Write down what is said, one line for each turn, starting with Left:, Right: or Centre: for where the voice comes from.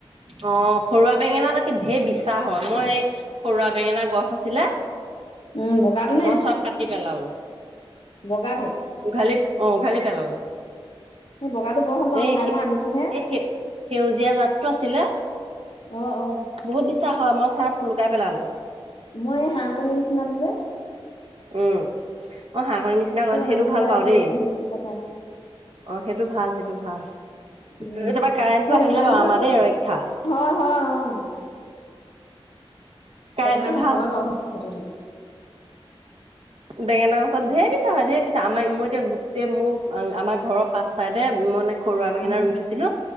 Right: অঁ ঘৰুৱা বেঙেনা তাকে দেই বিছা হয় মই এই ঘৰুৱা বেঙেনা গছ আছিলে
Left: উম বগাটো নে
Right: মই চ'ব কাটি পেলালোঁ।
Left: বগাটো
Right: উঘালি অ' উঘালি পেলালোঁ।
Left: সেই বগাটো বৰ ভাল পাওঁ
Right: এই
Left: খাই মই আনিছোহে।
Right: এই সে সেউজীয়া জাত টো আছিলে
Left: অ', অ'।
Right: বহুত বিছা‌ হয়, মই চ'ব‌ সোলোকাই পেলালোঁ।
Left: মই এই হাঁহ কণীৰ নিচিনাটো যে
Right: উম, অ' হাঁহ কণীৰ নিচিনা কৰা সেইটো
Left: আনি
Right: ভাল
Left: পেলাই
Right: পাওঁ দেই।
Left: হেৰি পচাইছো।
Right: অ' সেইটো ভাল, সেইটো ভাল।
Left: উম।
Right: তাৰপা কাৰেণ্টটো
Left: এই
Right: আহিলে
Left: বেঙেনা গছত
Right: বাৰু আমাৰ দেই ৰৈক্ষা।
Left: হয়, হয় উম।
Right: কাৰেণ্টটো
Left: বেঙেনা গছত
Right: ভাল
Left: হয় বাৰু সেইটো কথাটো।
Right: বেঙেনা গচত ঢেৰ বিচা‌ হয়, ঢেৰ বিচাৰ আমাৰ মই এতিয়া গোটেই মোৰ আমাৰ ঘৰৰ পাঁচ ছাইদে মানে ঘৰুৱা বেঙেনা
Left: উম,
Right: ৰুই থৈছিলোঁ